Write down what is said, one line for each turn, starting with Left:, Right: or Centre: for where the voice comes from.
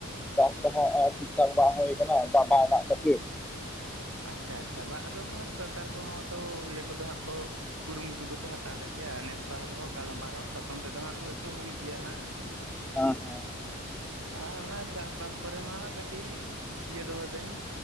Centre: ᱪᱟᱥ ᱫᱚ ᱦᱟᱸᱜ ᱴᱷᱤᱠ ᱴᱷᱟᱠ ᱵᱟᱝ ᱦᱩᱭ ᱠᱟᱱᱟ, ᱫᱟᱜ ᱵᱟ ᱫᱟᱜ ᱠᱷᱟᱹᱛᱤᱨ᱾
Right: ᱟᱪᱪᱷᱟ ᱟᱪᱪᱷᱟ, ᱵᱟ ᱟᱫᱚ ᱦᱟᱸᱜ ᱥᱚᱨᱠᱟᱨ ᱠᱚᱦᱚᱸ ᱛᱚ ᱤᱭᱟᱹ ᱠᱚᱫᱚ ᱦᱟᱸᱜ ᱠᱚ ᱠᱩᱨᱩᱢᱩᱴᱩ ᱫᱚᱠᱚ ᱦᱟᱛᱟᱣ ᱠᱟᱜ ᱜᱮᱭᱟ ᱱᱮᱥ ᱵᱟᱝ ᱨᱮᱦᱚᱸ ᱠᱟᱞᱚᱢ ᱵᱟᱝ ᱨᱮᱦᱚᱸ ᱥᱟᱛᱚᱢ ᱛᱮᱫᱚ ᱦᱟᱸᱜ ᱦᱳᱭᱛᱳ ᱦᱩᱭᱩᱜ ᱜᱮᱭᱟ ᱦᱟᱸᱜ᱾
Centre: ᱟ ᱦᱮᱸ᱾
Right: ᱟᱨ ᱚᱱᱟ ᱪᱟᱥᱵᱟᱥ ᱠᱚᱨᱮ ᱦᱚᱸ ᱦᱟᱸᱜ ᱠᱟᱹᱴᱤᱡ ᱤᱭᱟᱹ ᱫᱚᱦᱚᱭ ᱵᱮᱱ